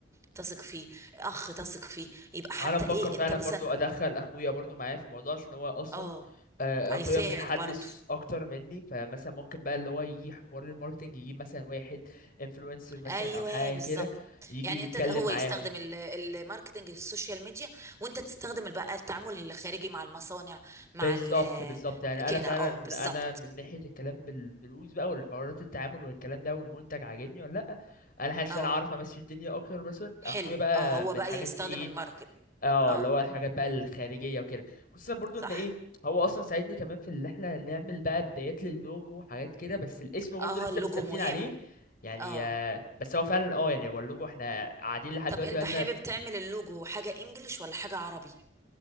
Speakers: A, on the right; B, on the left.
A: تثق فيه اخ تثق فيه يبقى حتى
B: انا بفكر
A: ايه
B: فعلا
A: انت مثلا
B: برضو ادخل اخويا برضو معايا في الموضوع عشان هو اصلا
A: اه
B: آه،
A: هيساعد
B: اخويا متحدث
A: برضو
B: اكتر مني فمثلا ممكن بقى اللي هو يجي حوار الماركتنج يجيب مثلا واحد انفلونسر مثلا
A: ايوه
B: او حاجه
A: بالظبط
B: كده يجي
A: يعني
B: يتكلم
A: انت هو
B: معاهم
A: يستخدم ال- الماركتنج السوشيال ميديا وانت تستخدم بقى التعامل الخارجي مع المصانع مع
B: بالظبط
A: ال
B: بالظبط يعني
A: كده
B: انا فعلا
A: اه بالظبط
B: انا من ناحيه الكلام بالفلوس بقى والحوارات التعامل والكلام ده والمنتج عاجبني ولا لا انا حاسس
A: اه
B: ان انا عارف امشي الدنيا اكتر مثلا
A: حلو
B: اخويا بقى
A: اه هو
B: من
A: بقى
B: الحاجات
A: يستخدم
B: ايه
A: الماركت
B: اه
A: اه
B: اللي هو الحاجات بقى الخارجيه وكده خصوصا برضو
A: صح
B: ان ايه هو اصلا ساعدني كمان في اللي احنا نعمل بقى بدايات للوجو وحاجات كده بس الاسم برضو
A: اه
B: لسه
A: اللوجو
B: مش ثابتين
A: مهم
B: عليه يعني
A: اه
B: آه، بس هو فعلا اه يعني هو اللوجو احنا قاعدين لحد
A: طب
B: دلوقتي
A: انت
B: بقى
A: حابب تعمل اللوجو حاجة انجليش ولا حاجة عربي